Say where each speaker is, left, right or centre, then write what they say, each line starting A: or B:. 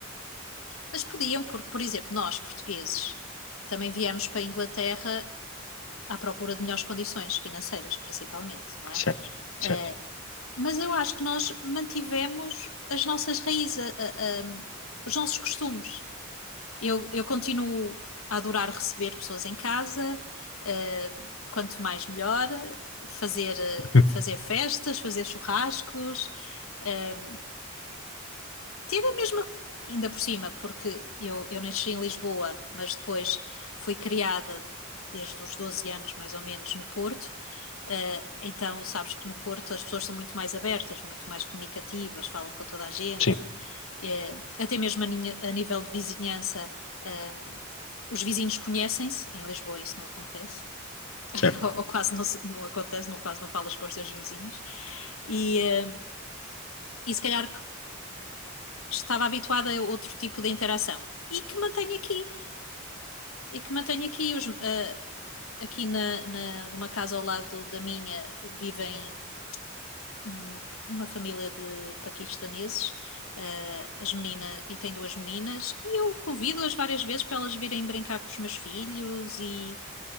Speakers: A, on the left (about 85°); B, on the left (about 70°).
A: Mas podiam, porque, por exemplo, nós, portugueses, também viemos para a Inglaterra à procura de melhores condições financeiras, principalmente, não é?
B: Certo, certo.
A: Eh, mas eu acho que nós mantivemos as nossas raízes, a- a- a- os nossos costumes. Eu, eu continuo a adorar receber pessoas em casa, eh, quanto mais melhor, fazer, eh,
B: <laughs> Hum,
A: fazer festas, fazer churrascos, eh, ter a mesma, ainda por cima, porque eu, eu nasci em Lisboa, mas depois fui criada desde os 12 anos, mais ou menos, no Porto. Uh, então, sabes que no Porto as pessoas são muito mais abertas, muito mais comunicativas, falam com toda a gente.
B: Sim,
A: Uh, até mesmo a, ninha- a nível de vizinhança, uh, os vizinhos conhecem-se. Em Lisboa isso não acontece, <laughs>
B: certo.
A: ou, ou quase não, se- não acontece, não, quase não falas para os teus vizinhos. E, eh, e se calhar estava habituada a outro tipo de interação e que mantenho aqui e que mantenho aqui os, ah, aqui na, na- numa casa ao lado da minha vivem um- uma família de paquistaneses ah, as meninas e tem duas meninas e eu convido-as várias vezes para elas virem brincar com os meus filhos e,